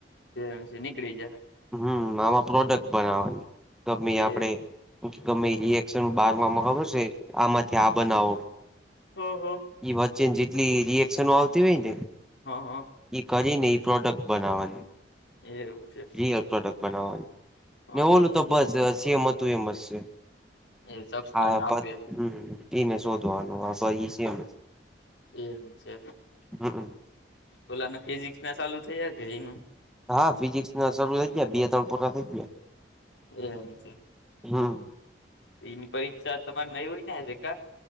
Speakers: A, on the left; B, in the centre.
A: એમ છે નીકળી જાહે
B: હમ્મ આમાં પ્રોડક્ટ બનાવવાની ગમે
A: એ
B: આપણે ગમેઈ રીએક <unintelligible> બારમા માં ખબર છે આમાંથી આ બનાવો
A: હ હ
B: ઈ વચ્ચે ને જેટલી રિએક્શનો આવતી હોય ને
A: હં હં
B: ઈ કરીને ઈપ્રોડક્ટ બનાવવાની
A: એવું છે
B: રિયલ પ્રોડક્ટ બનાવવાની
A: હ
B: ને ઓલું
A: હ
B: તો બસ સેમ હતું એમ જ છે.
A: એ સબસ્ટન
B: આપ
A: આપે
B: પીને શોધવાનું આજો એમને
A: એવુ છે
B: હમ
A: ઓલાને ફિઝિક્સને ચાલુ થયા કે એનું
B: હા ફિઝિકસ ના શરૂ થઈ ગયા બે ત્રણ પૂરા થઈ ગયા.
A: એમ છે,
B: હમ્મ
A: એની પરીક્ષા તમારે નઈ હોય ને હજી કા